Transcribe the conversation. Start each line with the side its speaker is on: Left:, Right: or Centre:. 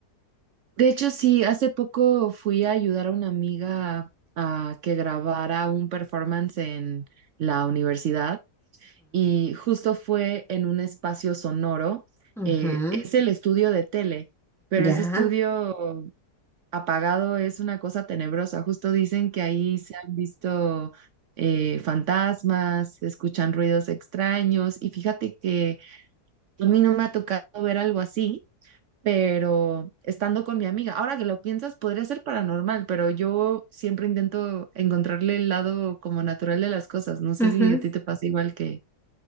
Right: De hecho, sí, hace poco fui a ayudar a una amiga a que grabara un performance en la universidad. y justo fue en un espacio sonoro.
Centre: Ujú,
Right: eh,
Centre: ujú,
Right: es el estudio de tele, pero
Centre: ya.
Right: ese estudio apagado es una cosa tenebrosa. Justo dicen que ahí se han visto eh, fantasmas, se escuchan ruidos extraños y fíjate que a mí no me ha tocado ver algo así. Pero estando con mi amiga, ahora que lo piensas, podría ser paranormal, pero yo siempre intento encontrarle el lado como natural de las cosas. No sé
Centre: <laughs>
Right: si a ti te pasa igual que...